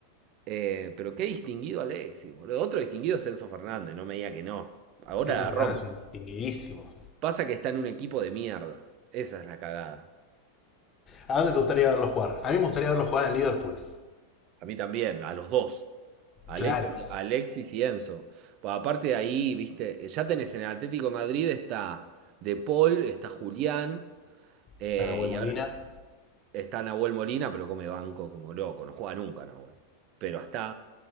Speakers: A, on the right; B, on the left.
A: Eh, pero qué distinguido Alexis, boludo. Otro distinguido es Enzo Fernández, no me diga que no. Ahora
B: Enzo Fernández
A: rompe.
B: es un distinguidísimo.
A: Pasa que está en un equipo de mierda. Esa es la cagada.
B: ¿A dónde te gustaría verlo jugar? A mí me gustaría verlo jugar en Liverpool.
A: A mí también, a los dos. A Alexis,
B: Claro.
A: a Alexis y Enzo. Pues aparte de ahí, viste, ya tenés en el Atlético de Madrid está De Paul, está Julián, eh,
B: Está Nahuel
A: y
B: Molina.
A: ahora está Nahuel Molina, pero come banco como loco, no juega nunca Nahuel. Pero está.